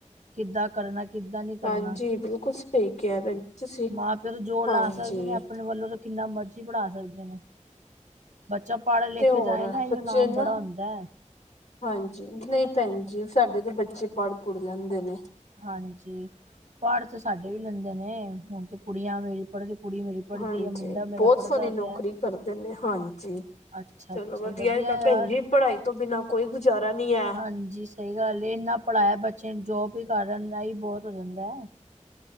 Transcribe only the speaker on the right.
ਕਿੱਦਾਂ ਕਰਨਾ ਕਿੱਦਾਂ ਨੀ ਕਰਨਾ,
ਮਾਂ-ਪਿਓ ਤੇ ਜੋੋਰ
ਲਾ ਸਕਦੇ ਨੇ ਆਪ ਆਪਣੇ ਵੱਲੋਂ ਤਾਂ ਕਿੰਨਾ ਮਰਜ਼ੀ ਪੜ੍ਹਾ ਸਕਦੇ ਨੇ। ਬੱਚਾ ਪੜ-ਲਿਖ
ਜਾਏ ਨਾ ਇਈਓ
ਨਾਮ ਬੜਾ
ਹੋਂਦੈ।
ਹਾਂਜੀ ਪੜ ਤੇ ਸਾਡੇ ਵੀ ਲੈਂਦੇ ਨੇ ਹੁਣ ਤੇ ਕੁੜੀਆਂ ਮੇਰੀ ਪੜ੍ਹਦੀ ਕੁੜੀ ਮੇਰੀ ਪੜ੍ਹਦੀ
ਹੈ ਮੁੰਡਾ ਮੇਰਾ
ਪੜ੍ਹਦਾ
ਪਿਆ
ਅੱਛਾ
ਅੱਛਾ
ਯਾਰ
ਪੰਜੀਸ ਸਹੀ ਗੱਲ ਇੰਨਾ ਪੜ੍ਹਾਇਆ ਬੱਚੇ ਨੂੰ ਜੋਬ ਹੀ ਕਾਰਨ ਦਾ ਹੀ ਬਹੁਤ ਹੋ ਜਾਂਦਾ ਹੈ।